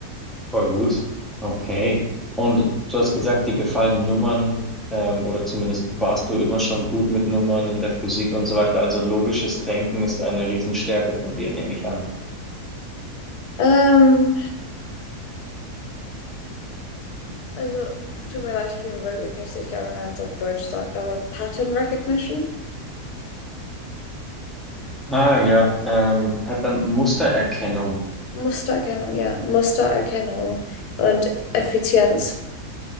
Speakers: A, in the centre; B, on the left (about 75°).
A: Voll gut. Okay. Und du hast gesagt, die gefallen Nummern, ähm, oder zumindest warst du immer schon gut mit Nummern in der Physik und so weiter. Also logisches Denken ist eine Riesenstärke von dir, nehme ich an.
B: Ähm, also tut mir leid, ich bin wirklich nicht sicher, wie man es auf Deutsch sagt, aber Pattern Recognition,
A: Ah, ja, ähm, hat dann Mustererkennung.
B: Mustererkennung, ja, Mustererkennung und Effizienz